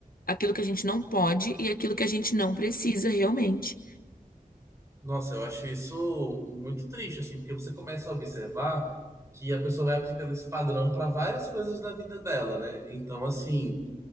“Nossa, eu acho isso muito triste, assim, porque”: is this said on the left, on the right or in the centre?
Right